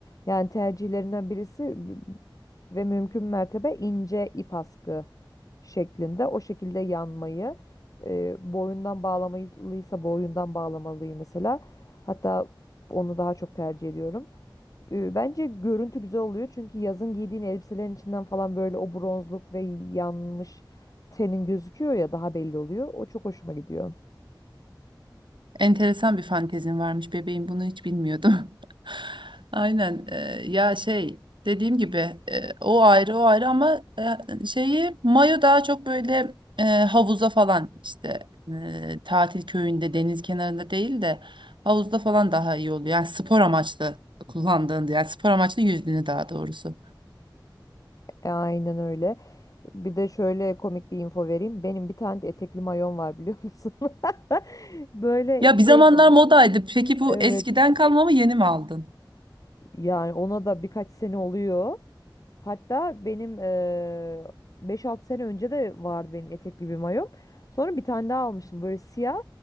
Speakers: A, on the left (about 45°); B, on the right (about 75°).
A: Yani tercihlerinden birisi b- ve mümkün mertebe ince ip askı şeklinde o şekilde yanmayı e, boyundan bağlamalıysa boyundan bağlamalıyım mesela. Hatta onu daha çok tercih ediyorum. E, Bence görüntü güzel oluyor çünkü yazın giydiğin elbiselerin içinden falan böyle o bronzluk ve yanmış tenin gözüküyor ya daha belli oluyor. O çok hoşuma gidiyor.
B: Enteresan bir fantezin varmış bebeğim bunu hiç bilmiyordum. <laughs> Aynen e, ya şey dediğim gibi e, o ayrı o ayrı ama e, şeyi mayo daha çok böyle e, havuza falan işte e, tatil köyünde deniz kenarında değil de havuzda falan daha iyi oluyor. Yani spor amaçlı kullandığında yani spor amaçlı yüzdüğünü daha doğrusu.
A: E, aynen öyle. Bir de şöyle komik bir info vereyim. Benim bir tane de etekli mayon var biliyor musun? <laughs> Böyle
B: Ya bir
A: şey
B: zamanlar
A: gibi.
B: modaydı peki bu
A: Evet.
B: eskiden kalma mı yeni mi aldın?
A: Yani ona da birkaç sene oluyor. Hatta benim eee 5-6 sene önce de vardı benim etekli bir mayom. Sonra bir tane daha almıştım böyle siyah.